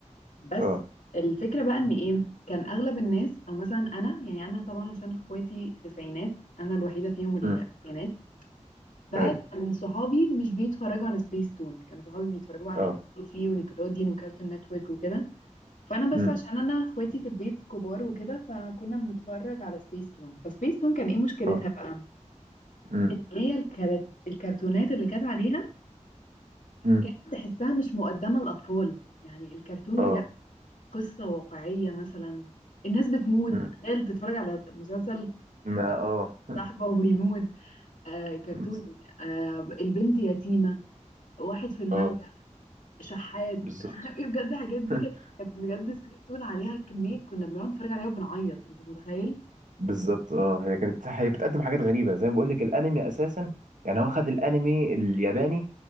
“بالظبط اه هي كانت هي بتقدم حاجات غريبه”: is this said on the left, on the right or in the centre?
Right